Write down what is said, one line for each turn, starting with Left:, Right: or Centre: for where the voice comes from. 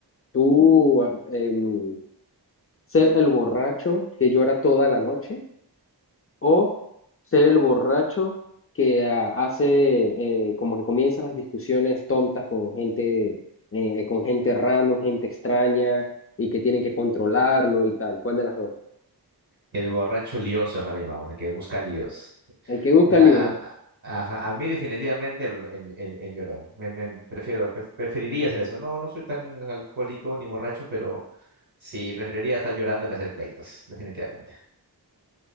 Left: tú, ah, em, ser el borracho que llora toda la noche o ser el borracho que ah, hace eh, como que comienzan las discusiones tontas con gente eh, con gente random, gente extraña y que tienen que controlarlo y tal. ¿Cuál de las dos?
Right: El borracho lioso, acá le llamamos, el que busca líos.
Left: El que busca
Right: Ya,
Left: lío.
Right: a, a- ajá, a mí definitivamente el, el, el- el llorón. Me, me prefiero, pref- preferiría hacer eso. No, no soy tan alcohólico ni borracho, pero sí, preferiría estar llorando que hacer pleitos, definitivamente.